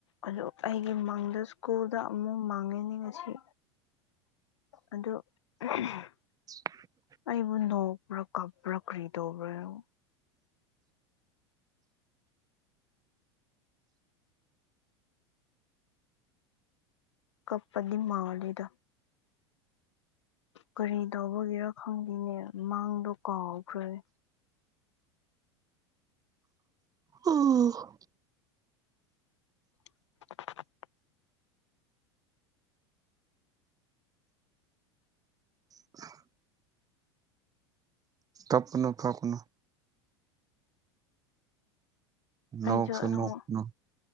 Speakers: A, on the left (about 80°); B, on the right (about 25°).
A: ꯑꯗꯨ ꯑꯩꯒꯤ ꯃꯪꯗ ꯁ꯭ꯀꯨꯜꯗ ꯑꯃꯨꯛ ꯃꯪꯉꯦꯅꯦ ꯉꯁꯤ ꯑꯗꯨ <unintelligible>
B: <inaudible>
A: ꯑꯩꯕꯨ ꯅꯣꯛꯄ꯭ꯔ ꯀꯞꯄ꯭ꯔ ꯀꯔꯤꯗꯧꯕꯅꯣ ꯀꯞꯄꯗꯤ ꯃꯥꯜꯂꯤꯗ ꯀꯔꯤ ꯇꯧꯕꯒꯤꯔ ꯈꯪꯗꯦꯅꯦ ꯃꯪꯗꯣ ꯀꯥꯎꯈ꯭ꯔꯦ
B: ꯎꯝ
A: <inaudible>
B: <inaudible> ꯀꯞꯀꯅꯨ ꯀꯞꯀꯅꯨ ꯅꯣꯛꯁꯨ
A: ꯑꯩꯁꯨ
B: ꯅꯣꯛꯅꯨ
A: ꯑꯃꯨꯛ